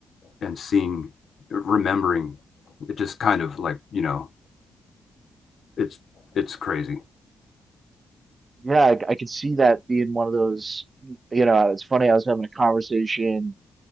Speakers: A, on the left; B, on the right.
A: and seeing, remembering, it just kind of like you know, it's it's crazy.
B: Yeah, I, I could see that being one of those, you know, it's funny, I was having a conversation